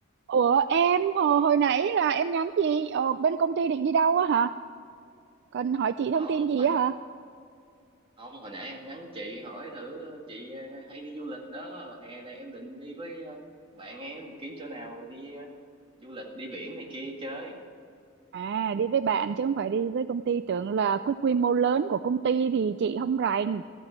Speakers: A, on the right; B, on the right.
A: Ủa em hồi, hồi nãy là em nhắn gì? Ờ, bên công ty định đi đâu á hả? Cần hỏi chị
B: không
A: thông tin gì
B: hồi
A: á hả?
B: không hồi nãy em nhắn chị hỏi thử chị ờ, hay đi du lịch đó hè này em định đi với ờ, bạn em kiếm chỗ nào đi ờ, du lịch đi biển này kia chơi
A: À đi với bạn chứ không phải đi với công ty tưởng là quy quy mô lớn của công ty thì chị không rành.